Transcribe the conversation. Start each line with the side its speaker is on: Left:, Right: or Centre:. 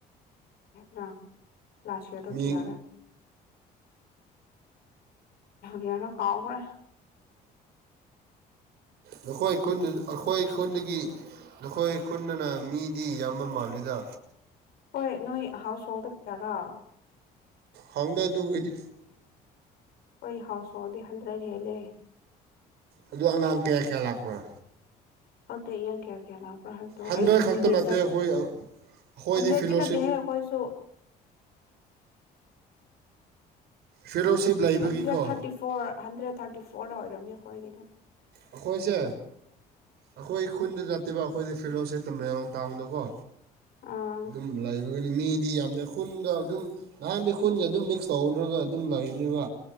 Left: ꯀ ꯂꯥꯁ ꯌꯔ ꯇꯣ
Right: ꯃꯤ
Left: ꯀ ꯌꯥꯔ ꯒꯅ ꯀꯥꯎꯥꯎꯕꯅꯦ
Right: ꯅꯈꯣꯏ ꯈꯨ ꯑꯩꯈꯣꯏ ꯈꯨꯟꯗꯒꯤ ꯅꯈꯣꯏ ꯈꯨꯟꯗꯅ ꯃꯤꯗꯤ ꯌꯥꯝꯕ ꯃꯥꯜꯂꯤꯗ
Left: ꯍꯣꯏ ꯅꯣꯏ ꯍꯥꯎꯁ ꯍꯣꯜꯗ ꯀꯌꯥꯔꯥ
Right: ꯍꯪꯗ ꯑꯗꯨꯒꯒꯤꯗꯤ
Left: ꯑꯩꯣꯏ ꯍꯥꯎꯁꯥꯎꯗꯤ ꯍꯟꯗ꯭ꯔ ꯍꯦ ꯂꯩꯦ
Right: ꯑꯗꯣ ꯑꯉꯥꯡ ꯀꯌꯥ ꯀꯌꯥ ꯂꯥꯛꯄ꯭ꯔꯣ
Left: ꯑꯗꯨꯗꯦ ꯏꯡ ꯀꯌꯥ ꯀꯌꯥ ꯂꯥꯛꯄ꯭ꯔꯥ ꯍꯥꯏꯕꯗꯣ
Right: ꯍꯟꯗ꯭ꯔꯦꯠ
Left: ꯑꯩꯁꯨ
Right: ꯈꯛꯇ
Left: ꯕꯤꯕꯦ
Right: ꯅꯠꯇꯦ
Left: ꯆꯠ
Right: ꯑꯩꯈꯣꯏ ꯑꯩꯈꯣꯏꯗꯤ
Left: ꯍꯟꯗ꯭ꯔꯦꯠꯇꯤ
Right: ꯐꯤꯂꯣꯁꯤꯞ
Left: ꯅꯠꯇꯦꯍꯦ ꯑꯩꯈꯣꯏꯁꯨ
Right: ꯐꯦꯂꯣꯁꯤꯞ ꯂꯩꯕꯒꯤꯀꯣ
Left: ꯍꯟꯗ꯭ꯔꯦꯠ ꯊꯥꯔꯇꯤ ꯐꯣꯔ ꯍꯟꯗ꯭ꯔꯦꯠ ꯊꯥꯔꯇꯤ ꯐꯣꯔꯗ ꯑꯣꯏꯔꯝꯨ ꯑꯣꯏꯈꯣꯏꯒꯤꯗꯣ
Right: ꯑꯩꯈꯣꯏꯁꯦ ꯑꯩꯈꯣꯏ ꯈꯨꯟꯗ ꯅꯠꯇꯦꯕ ꯑꯩꯈꯣꯏꯗꯤ ꯐꯤꯔꯂꯣꯁꯤ ꯇꯃꯦꯡꯂꯣꯡ ꯇꯥꯎꯟꯗꯀꯣ
Left: ꯑꯥ
Right: ꯝ ꯂꯥꯏꯚ ꯑꯗꯨꯒꯗꯤ ꯃꯤꯗꯤ ꯌꯥꯝꯅ ꯈꯨꯟꯒ ꯑꯗꯨꯝ ꯅꯍꯥꯟꯗꯤ ꯈꯨꯟꯒ ꯑꯗꯨꯝ ꯃꯤꯛꯁ ꯇꯧꯅꯔꯒ ꯑꯗꯨꯝ ꯂꯩꯅꯦꯕ